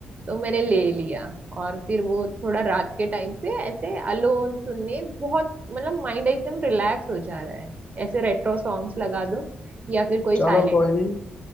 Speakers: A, on the right (about 40°); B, on the left (about 30°).
A: तो मैंने ले लिया और फिर वो थोड़ा रात के टाइम पे ऐसे अलोन सुनने बहुत मतलब माइंड एकदम रिलैक्स हो जा रहा है ऐसे रेट्रो सॉन्ग्स लगा दो या फिर कोई
B: चलो
A: साइलेंट
B: कोई नहीं